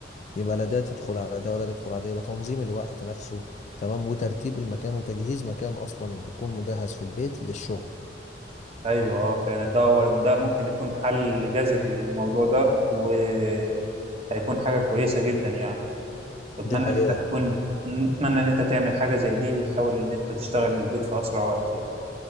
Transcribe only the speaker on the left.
يبقى لا ده تدخل على ده ولا ده تدخل على ده يبقى تنظيم الوقت نفسه تمام وترتيب المكان وتجهيز مكان اصلا يكون مجهز في البيت للشغل
دي حقيقة